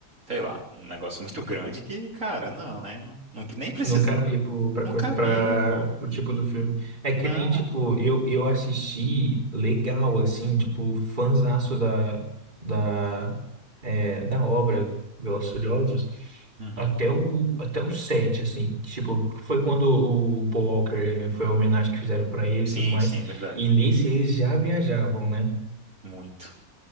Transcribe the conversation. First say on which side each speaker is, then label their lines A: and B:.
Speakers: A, on the right; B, on the right.
A: sei lá, um negócio muito grande que, cara, não, né? Não, não- nem precisava.
B: Não cabia pro, pra,
A: Não
B: co-
A: cabia,
B: pra,
A: pô.
B: pro tipo do filme. É que
A: Não.
B: nem, tipo, eu, eu assisti legal, assim, tipo, fãzaço da, da, é, da obra Velozes e Furiosos
A: Uhum.
B: até o, até o 7, assim. Tipo, foi quando o Paul Walker, eh, foi a homenagem que fizeram pra ele
A: Sim,
B: e tudo mais.
A: sim, verdade.
B: E nesse eles já viajavam, né?
A: Muito.